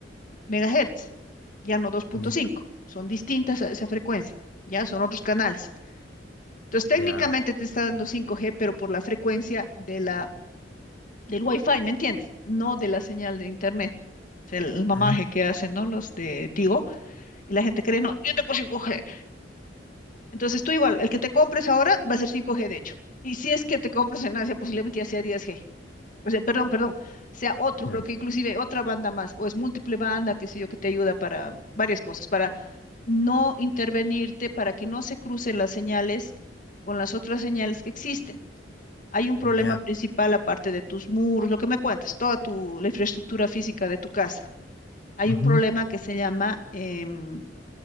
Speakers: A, on the left; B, on the left.
A: megahertz, ya no dos punto
B: ya,
A: cinco son distintas a esa frecuencia, ya son otros canales. Entonces, Ya. técnicamente
B: ya,
A: te está dando cinco g pero por la frecuencia de la, del Wi-Fi, ¿me entiendes? No de la señal de Internet. O sea, El, mamaje
B: ah,
A: que hacen, ¿no? Los de Tigo. Y la gente cree, no, yo tengo 5G. Entonces tú igual, el que te compres ahora va a ser 5G de hecho. Y si es que te compras en Asia, posiblemente ya sea 10G. O sea, perdón, perdón, sea otro,
B: ya,
A: creo que inclusive otra banda más, o es múltiple banda, qué sé yo, que te ayuda para varias cosas, para no intervenirte, para que no se crucen las señales con las otras señales que existen. Hay un problema
B: ya,
A: principal aparte de tus muros, lo que me cuentas, toda tu, la infraestructura física de tu casa. Hay
B: ujú,
A: un problema que se llama em,